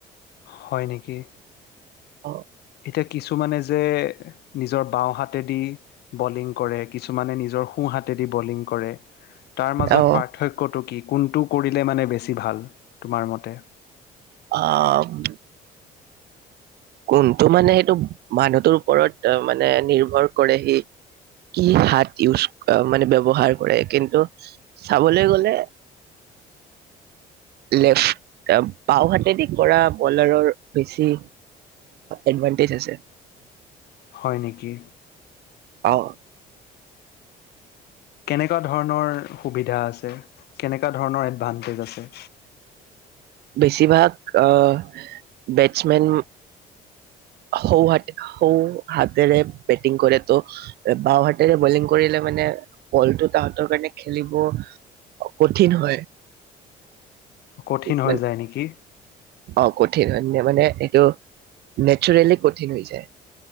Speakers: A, on the left (about 75°); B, on the right (about 70°).
A: হয় নেকি?
B: অ
A: এতিয়া কিছুমানে যে নিজৰ বাওঁ হাতেদি বলিং কৰে। কিছুমানে নিজৰ সোঁ হাতেদি বলিং কৰে। তাৰ মাজত
B: অ
A: পাৰ্থক্য পাৰ্থক্যটো কি কোনটো কৰিলে মানে বেছি ভাল তোমাৰ মতে
B: অ, কোনটো মানে সেইটো মানুহটোৰ ওপৰত মানে নিৰ্ভৰ কৰে। সি কি হাত ইউজ মানে ব্যৱহাৰ কৰে। কিন্তু চাবলে গলে লেফট বাও হাতেদি কৰা বলাৰৰ বেছি এডভণ্টেজ আছে।
A: হয় নেকি।
B: অ,
A: কেনেকুৱা ধৰণৰ সুবিধা আছে। কেনেকুৱা ধৰণৰ এডভানটেজ আছে।
B: বেছিভাগ আহ বেটছমেন সৌ হাত সৌ হাতেৰে বেটিং কৰে ত' বাওঁ হাতেৰে বলিং কৰিলে মানে বলটো তাহতৰ কাৰণে খেলিব কঠিন হয়।
A: কঠিন হৈ
B: মানে
A: যায় নেকি?
B: অ', কঠিন হয়, মানে এইটো নেচাৰেলি কঠিন হৈ যায়।